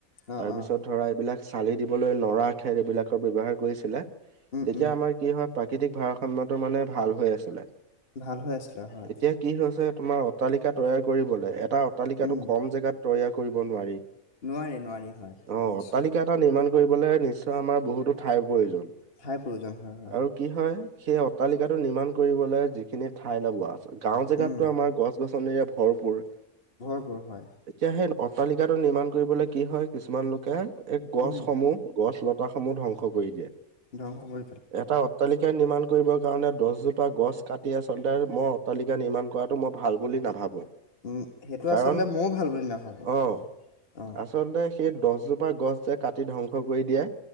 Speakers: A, on the left (about 45°); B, on the right (about 65°).
A: অঁ
B: তাৰপিছত,
A: অঁ
B: ধৰা এইবিলাক চালি দিব বলৈ, নৰা, খেৰ এইবিলাকৰ ব্যৱহাৰ কৰিছিলে।
A: উম
B: তেতিয়া,
A: উম
B: আমাৰ কি হয় ম, প্ৰাকৃতিক ভাৰাসা খণ্ডটো মানে ভাল হৈ আছিলে।
A: ভাল হৈ আছিলে হয়
B: এতিয়া কি হৈছে, তোমাৰ অ লিকা তৈয়াৰ কৰিবলৈ, এটা অট্টালিকাটো,
A: উম
B: কম জেগাত তৈয়াৰ কৰিব নোৱাৰি।
A: নোৱাৰি নোৱাৰি হয়
B: অ',
A: নিশ্চয়
B: অট্টালিকা এটা নিৰ্মাণ কৰিবলৈ নিশ্চয়, আমাৰ বহুতো ঠাইৰ প্ৰয়োজন।
A: ঠাইৰ প্ৰয়োজন হয় হয়
B: আৰু কি হয়, সেই অট্টালিকাটো নিৰ্মাণ কৰিবলৈ যি ঠাই অলপ লোৱা আছে, গাঁও জেগাতটো
A: উম
B: আমাৰ, গছ-গছনিৰে ভৰপুৰ।
A: পুৰ হয়।
B: এতিয়া সেই, অট্টালিকাটো নিৰ্মাণ কৰিবলৈ কি হয়, কিছুমান লোকে, এই গছসমূহ,
A: উম
B: গছ লতাসমূহ ধ্বং স কৰি দিয়ে।
A: <unintelligible>
B: এটা অট্টালিকা, নিৰ্মাণ কৰিবৰ কাৰণে দহজোপা গছ কাটি আচলতে মই অট্টালিকা নিৰ্মাণ কৰাটো মই ভাল বুলি নাভাবো।
A: উম সেইটো
B: কাৰণ,
A: আচলতে ময়ো ভাল বুলি নাভাবোঁ
B: অ',।
A: অ
B: আচলতে, সেই দছজোপা গছ যে কাটি ধ্বংস কৰি দিয়ে